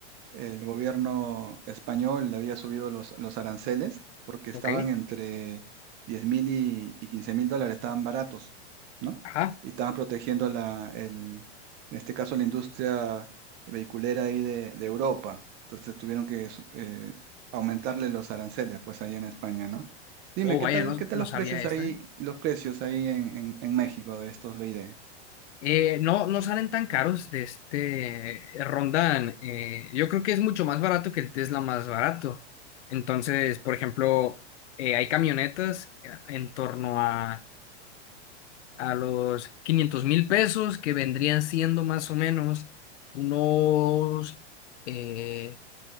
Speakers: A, on the right; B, on the left.
A: el gobierno español le había subido los, los aranceles porque
B: ok,
A: estaban entre diez mil y, y 15 mil dólares, estaban baratos, ¿no?
B: ajá.
A: Y estaban protegiendo la, el, en este caso la industria vehiculera ahí de, de Europa. Entonces tuvieron que su- eh, aumentarle los aranceles, pues ahí en España, ¿no? Dime,
B: Oh,
A: ¿qué
B: vaya,
A: tal,
B: no,
A: qué tal
B: no
A: los
B: sabía
A: precios
B: esta,
A: ahí,
B: ¿eh?
A: los precios ahí en, en, en México de estos BID?
B: Eh, no, no salen tan caros de este, eh, rondan, eh, yo creo que es mucho más barato que el Tesla más barato. Entonces, por ejemplo, eh, hay camionetas eh, en torno a, a los quinientos mil pesos que vendrían siendo más o menos unos, eh,